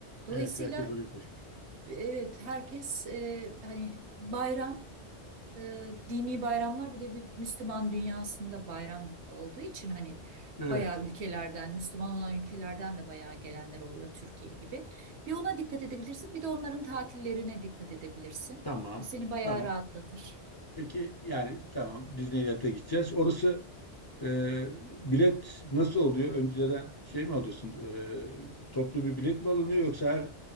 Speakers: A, on the right (about 75°); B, on the left (about 35°).
A: Dolayısıyla
B: Evet, herkes oraya koşmuş.
A: evet herkes e, hani bayram e, dini bayramlar bir de bir Müslüman dünyasında bayram olduğu için hani
B: Evet,
A: bayağı ülkelerden, Müslüman olan ülkelerden de bayağı gelenler oluyor Türkiye gibi. Bir ona dikkat edebilirsin, bir de onların tatillerine dikkat edebilirsin.
B: tamam.
A: O seni bayağı
B: Tamam.
A: rahatlatır.
B: Peki yani tamam Disneyland'e gideceğiz. Orası Ee, bilet nasıl oluyor? Önceden şey mi alıyorsun? Ee, toplu bir bilet mi alınıyor yoksa her